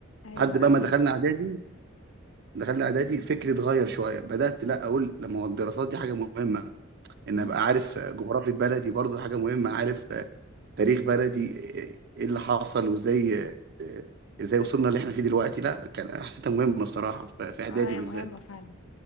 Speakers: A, on the left (about 75°); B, on the right (about 55°).
A: أيوة
B: لحد بقى
A: أيوة
B: ما دخلنا اعدادي دخلنا اعدادي فكري اتغير شويه بدات لا اقول لما هو الدراسات دي حاجه مهمه ان
A: أمم.
B: ابقى عارف آه، جغرافيه بلدي برضو حاجه مهمه عارف آه، تاريخ بلدي آه، ايه اللي حصل وازاي آه، آه، ازاي وصلنا اللي احنا فيه دلوقتي لا كان حسيتها مهمه الصراحه في في اعدادي
A: اه هي
B: بالذات
A: مهمة فعلا